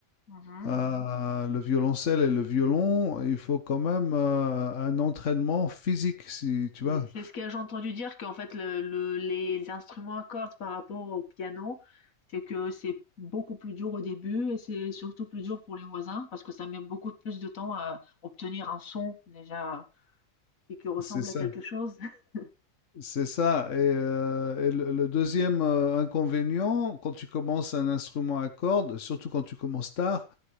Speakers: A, on the left (about 80°); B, on the left (about 65°).
A: Mhm.
B: Euh, le violoncelle et le violon, il faut quand même euh, un entraînement physique, si tu
A: Oui,
B: vois.
A: c'est ce que j'ai entendu dire qu'en fait le, le- les instruments à cordes par rapport au piano, c'est que c'est beaucoup plus dur au début et c'est surtout plus dur pour les voisins parce que ça met beaucoup plus de temps à obtenir un son déjà et qui ressemble
B: C'est ça.
A: à quelque chose. <laughs>
B: C'est ça. Et, heu et le le 2e, inconvénient, quand tu commences un instrument à cordes, surtout quand tu commences tard,